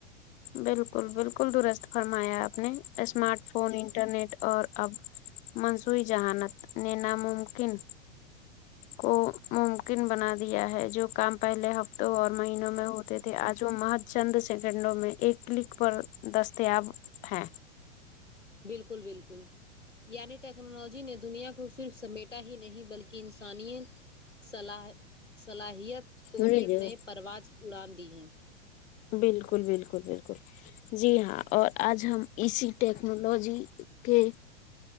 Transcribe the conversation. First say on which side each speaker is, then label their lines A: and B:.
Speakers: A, on the left (about 20°); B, on the left (about 90°).
A: بالکل بالکل درست فرمایا آپ نے اسمارٹ فون انٹرنیٹ اور اب منصوعی جہانت نے ناممکن کو ممکن بنا دیا ہے جو کام پہلے ہفتوں اور مہینوں میں ہوتے تھے تھے آج وہ مہد چند سیکنڈوں میں ایک کلک پر دستیاب ہیں
B: بالکل بالکل یعنی ٹیکنالوجی نے دنیا کو صرف سمیٹا ہی نہیں بلکہ انسانیت صلاحیت کو
A: بالکل
B: ایک نئے پرواز اڑان دی ہیں
A: بالکل بالکل بالکل جی ہاں اور آج ہم اسی ٹیکنالوجی کے